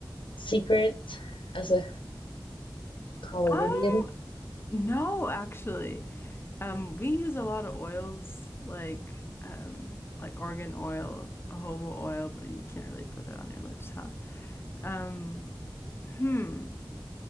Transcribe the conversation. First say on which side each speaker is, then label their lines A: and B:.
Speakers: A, on the left; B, on the left.
A: secrets as a coloridian
B: Um, no, actually. Um, we use a lot of oils like um like organ oil, jojoba oil, but you can't really put that on your lips, huh? Um, hmm.